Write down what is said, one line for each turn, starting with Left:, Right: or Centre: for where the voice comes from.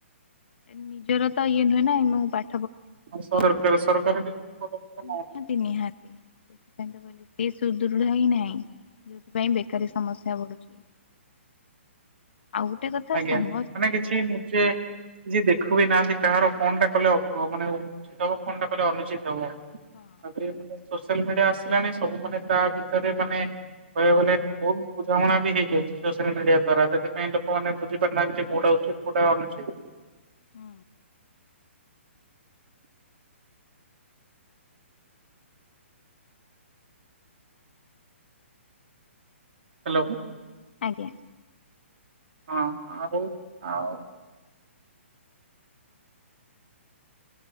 Left: ନିଜର ତ ଇଏ ନୁହେଁ ନା ଏମ ପା
Right: ଆଉ ସରକାର ସରକାର କିଛି ପଦକ୍ଷେପ
Left: ନିହାତି
Right: ନଉ
Left: ନିହାତି ସେଥିପାଇଁ ତ କହିଲି ପି ସୁଦୃଢ ହିଁ ନାହିଁ। ଯୋଉଥିପାଇଁ ବେକାରୀ ସମସ୍ୟା ବଢୁଛି। ଆଉ ଗୋଟେ କଥା
Right: ଆଜ୍ଞା
Left: ସମସ୍ତେ
Right: ମାନେ କିଛି ନିଜେ। କିଛି ଦେଖୁିବି ନାହାନ୍ତି କାହାର କଣଟା କଲେ ଅ ମାନେ ଉଚିତ ହବ କଣ ଟା କଲେ ଅନୁଚିତ ହବ।
Left: ହଁ
Right: ତାପରେ ସୋସିଆଲ ମିଡିଆ ଆସିଲାଣି ସବୁ ମାନେ ତା ଭିତରେ ମାନେ। କହିଆକୁଗଲେ ବହୁତ ବୁଝାମଣା ବି ହେଇଯାଉଛି ସୋସିଆଲ ମିଡିଆ ଦ୍ଵାରା ସେଥିପାଇଁ ଲୋ କ ମାନେ ବୁଝିପାରୁ ନାହାନ୍ତି ଯେ କୋଉଟା ଉଚିତ କୋଉଟା ଅନୁଚିତ।
Left: ହୁଁ।
Right: ହାଲୋ।
Left: ଆଜ୍ଞା।
Right: ହଁ ଆଉ ଆଉ!